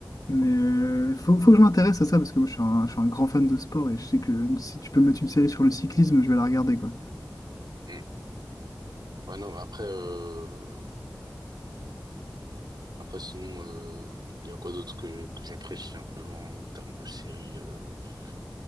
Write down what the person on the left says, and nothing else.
Mais euh, faut, faut que je m'intéresse à ça parce que moi je suis un, je suis un grand fan de sport et je sais que si tu peux me mettre une série sur le cyclisme, je vais la regarder quoi.